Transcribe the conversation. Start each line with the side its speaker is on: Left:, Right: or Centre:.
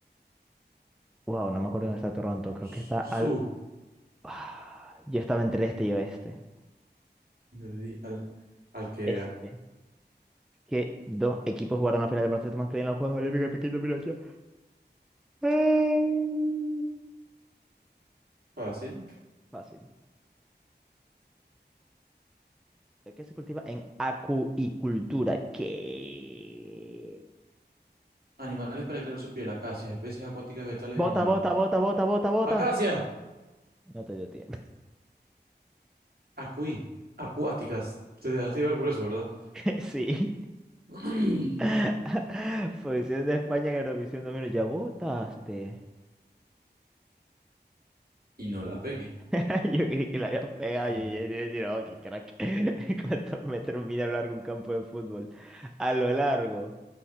Centre: Wow, no me acuerdo dónde
Right: Oh,
Centre: está Toronto. Creo
Right: Su.
Centre: que está al... Ah, yo estaba entre este y oeste.
Right: Yo le di al, al que
Centre: Este.
Right: era.
Centre: Que dos equipos jugaron la final de baloncesto masculino en los Juegos Olímpicos de Pekín 2008. Ah.
Right: Fácil.
Centre: Fácil. que se cultiva en acuicultura. ¿Qué?
Right: Animales para extraer su piel. Acacias. Especies acuáticas, vegetales y animales.
Centre: Bota, bota, bota, bota, bota, bota.
Right: ¡Acacias!
Centre: No te dio tiempo.
Right: Acuí. Acuáticas. Te dejaste ver por eso, ¿verdad?
Centre: <laughs> Sí.
Right: <clears throat>
Centre: <laughs> Posición de España en Eurovisión 2000. Ya votaste.
Right: y no la pegué.
Centre: <laughs> Yo creí que la había pegado.
Right: Mm.
Centre: Yo ya te iba a decir, oh, qué crack. <laughs> ¿Cuántos metros mide a lo largo un campo de fútbol? A lo largo.